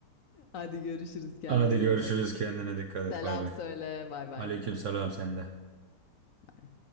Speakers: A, on the left; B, on the right.
A: Hadi görüşürüz. Kendine
B: Hadi görüşürüz
A: iyi bak.
B: kendine dikkat
A: Selam
B: et bay bay.
A: söyle. Bay bay.
B: Aleyküm selam sende.
A: Bay.